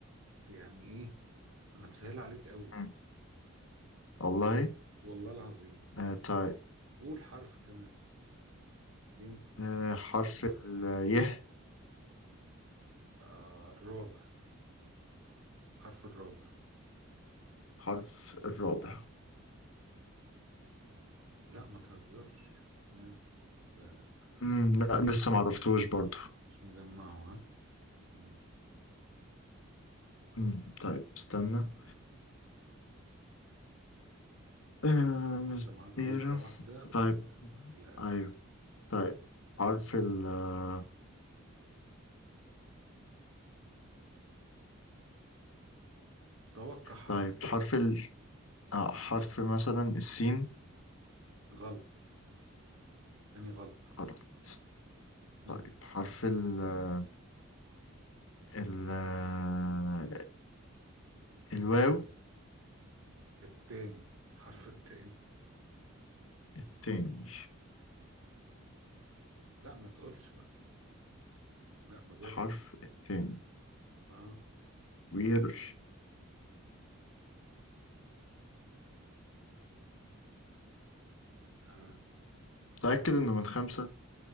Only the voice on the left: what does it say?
مم. والله
آه طيب
آه حرف ال ي
حرف الرابع
مم. لا لسه معرفتوش برضو
مم. طيب استنى آه
كتيرة.
طيب
ايوه طيب حرف ال آه،
طيب حرف ال آه حرف مثلا السين
غلط
طيب حرف ال آه، ال آه، الواو
التاني
حرف التاني
وير
متأكد إنه من خمسة